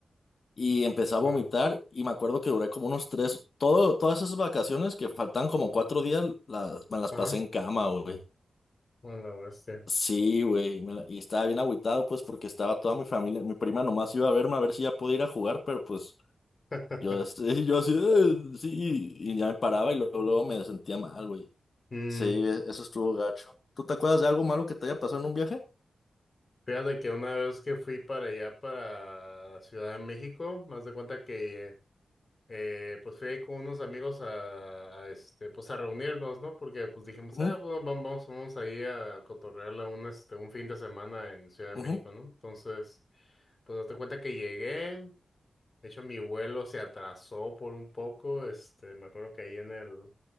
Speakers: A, on the left; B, on the left.
A: Y empecé
B: Bueno,
A: a vomitar y me acuerdo que duré como unos tres, todo, todas esas vacaciones que faltan como cuatro días, las, me las
B: ajá,
A: pasé en cama, güey.
B: bueno, la bestia.
A: Sí, güey, me la- y estaba bien agüitado, pues, porque estaba toda mi familia, mi prima nomás iba a verme a ver si ya podía ir a jugar, pero pues
B: <laughs>
A: yo, este, <laughs> yo así, "Eh, sí, y ya me paraba y luego, luego me sentía mal, güey.
B: Mm,
A: Sí, e- eso estuvo gacho. ¿Tú te acuerdas de algo malo que te haya pasado en un viaje?
B: fíjate que una vez que fui para allá, para Ciudad de México, más de cuenta que eh, eh, pues fui ahí con unos amigos a, a, este, pues a reunirnos, ¿no? Porque pues dijimos,
A: Ujú,
B: ah, pues vam- vamos, vamos ahí a cotorrearla un, este, un fin de semana en Ciudad de
A: ujú.
B: México, ¿no? Entonces, pues hazte cuenta que llegué, de hecho mi vuelo se atrasó por un poco, este, me acuerdo que ahí en el,